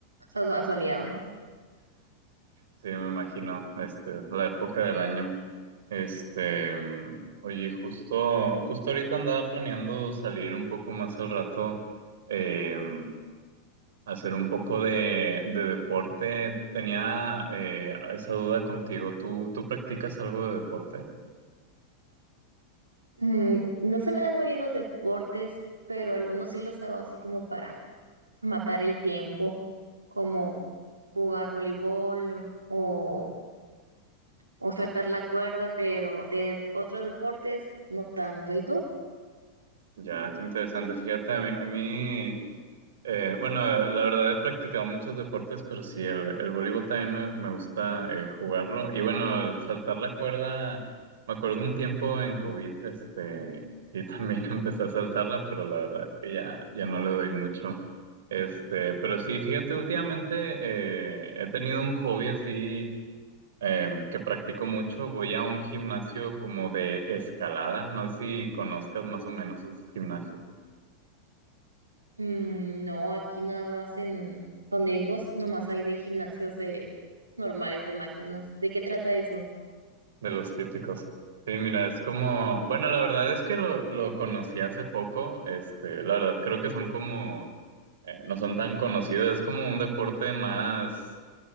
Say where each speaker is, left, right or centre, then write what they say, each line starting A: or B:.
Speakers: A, on the right; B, on the right.
A: so- asoleado.
B: Sí, me imagino, este, la época del año. Este, mm, oye, justo, justo ahorita andaba planeando salir un poco más al rato, eh, mm, hacer un poco de, de deporte. Tenía eh, esa duda contigo. ¿Tú, tú practicas algo de deporte?
A: Mm, no se me dan muy bien los deportes, pero algunos sí los hago así como para matar el tiempo, como jugar voleibol o, o saltar la cuerda, pero de otros deportes no tanto. ¿Y tú?
B: Ya, qué interesante. Fíjate, a mí, a mí eh, bueno, la verdad he practicado muchos deportes, pero sí, el, el voleibol también me, me gusta eh, jugarlo. Y bueno, el saltar la cuerda, me acuerdo un tiempo en COVID, este, sí, también <laughs> empecé a saltarla, pero la verdad es que ya, ya no le doy mucho. Este, pero sí, fíjate, últimamente eh, he tenido un hobby así em, que practico mucho. Voy a un gimnasio como de escalada. No sé si conozcas más o menos esos gimnasios
A: Mm, no, aquí nada más en donde vivo, nomás hay de gimnasios de normales, de máquinas. ¿De qué trata eso?
B: de los típicos. Sí, mira, es como, bueno, la verdad es que lo, lo conocí hace poco. Este, la verdad creo que son como, eh, no son tan conocidos. Es como un deporte más,